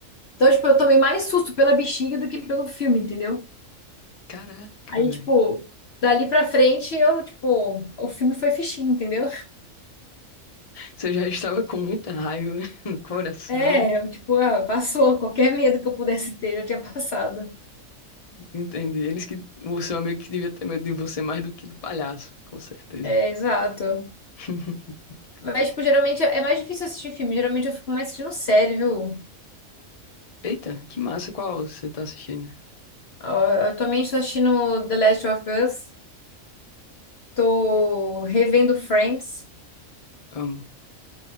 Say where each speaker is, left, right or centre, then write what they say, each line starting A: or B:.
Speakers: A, on the left; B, on the left.
A: Então, tipo, eu tomei mais susto pela bexiga do que pelo filme, entendeu?
B: Caraca,
A: Aí,
B: velho.
A: tipo, dali pra frente eu, tipo, o filme foi fichinho, entendeu?
B: Você já estava com muita raiva <laughs> no coração.
A: É, eu, tipo, ah, passou. Qualquer medo que eu pudesse ter já tinha passado.
B: Entendi. Eles que. O seu amigo que devia ter medo de você mais do que do palhaço, com certeza.
A: É, exato.
B: <laughs>
A: Mas, tipo, geralmente é é mais difícil assistir filme. Geralmente eu fico mais assistindo série, viu?
B: Eita, que massa. Qual você tá assistindo?
A: Ah, Atualmente tô assistindo The Last of Us. Tô revendo Friends.
B: Amo.